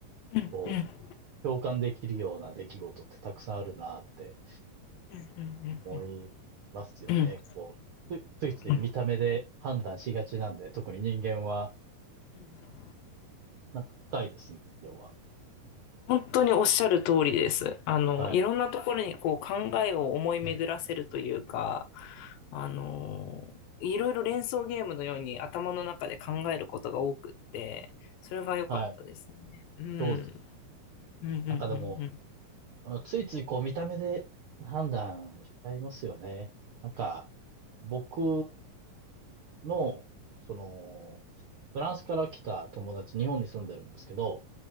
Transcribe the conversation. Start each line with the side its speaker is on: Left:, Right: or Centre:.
Left: うんうん
Right: こう、共感できるような出来事ってたくさんあるなって
Left: うんうんうん
Right: 思いますよね。
Left: うんうん
Right: こう、ついついつい見た目で判断しがちなんで、
Left: うん
Right: 特に人間は、
Left: うん
Right: なんか深いですね、それは。
Left: 本当におっしゃる通りです。あの、
Right: はい。
Left: いろんなところにこう考えを思い巡らせるというか、あの、いろいろ連想ゲームのように頭の中で考えることが多くって、それが良かったですね。
Right: はい。
Left: うん。
Right: そうですよね。
Left: うんうんうん
Right: なんかでも、
Left: うん。
Right: あのついついこう見た目で判断しちゃいますよね。なんか、僕の、その、フランスから来た友達、日本に住んでるんですけど、